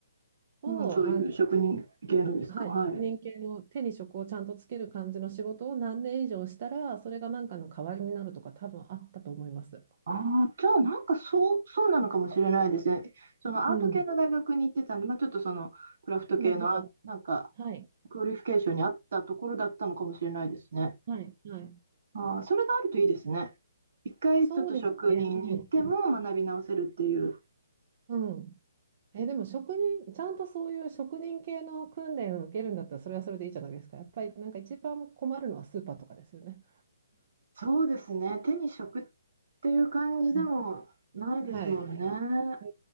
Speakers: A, on the right; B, on the right.
A: をあの
B: うん、そういう職人系のですか。
A: はい。
B: はい。
A: 職人系の手に職をちゃんとつける感じの仕事を何年以上したらそれがなんかの代わりになるとか多分あったと思います。
B: ああ、じゃあなんかそう、そうなのかもしれないですね。そのアート系の大学に行ってたんで、
A: うん。
B: まあ、ちょっとそのクラフト系のあ、
A: なるほど。
B: なんか
A: はい。
B: クオリフィケーションに合ったところだったのかもしれないですね。
A: はい。はい。
B: ああ、それがあるといいですね。一回ちょっと職人に行っても学び直せるっていう。
A: そうですね。うん。うん。え、でも職人、ちゃんとそういう職人系の訓練を受けるんだったらそれはそれでいいじゃないですか。やっぱりなんか一番困るのはスーパーとかですよね。
B: そうですね。手に職っていう感じでもないですもんね。
A: うんはい。う